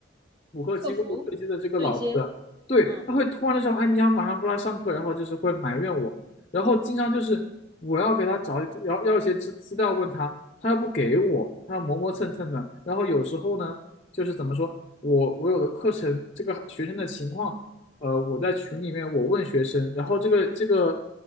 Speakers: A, on the left; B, on the right.
A: 补课机构对接的这个老师，
B: 客服对接，
A: 对，
B: 嗯。
A: 他会突然就说：“哎，你要马上过来上课。”然后就是会埋怨我，然后经常就是我要给他找要要一些资资料问他，他又不给我，他磨磨蹭蹭的。然后有时候呢，就是怎么说，我我有的课程这个学生的情况。呃，我在群里面我问学生，然后这个这个